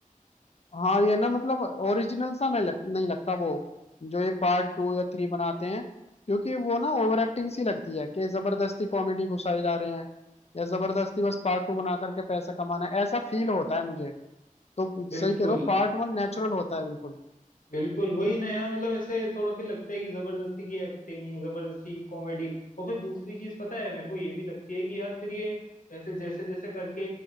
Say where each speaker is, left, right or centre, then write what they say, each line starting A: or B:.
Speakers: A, on the left; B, on the left.
A: हाँ ये ना मतलब ओरिजिनल सा नहीं लग, नहीं लगता वो जो ये पार्ट टू या थ्री बनाते हैं क्योंकि वो ना ओवर एक्टिंग सी लगती है कि जबरदस्ती कॉमेडी घुसाए जा रहे हैं या जबरदस्ती बस पार्ट टू बना करके पैसा कमाना है ऐसा फील होता है मुझे तो
B: बिल्कुल
A: सही कह रहे हो पार्ट वन नेचुरल होता है बिल्कुल
B: बिल्कुल वही ना यार मतलब ऐसे थोड़ा फिर लगता है कि जबरदस्ती की एक्टिंग जबरदस्ती की कॉमेडी और फिर दूसरी चीज पता है मेरे को ये भी लगती है कि यार फिर ये ऐसे जैसे जैसे करके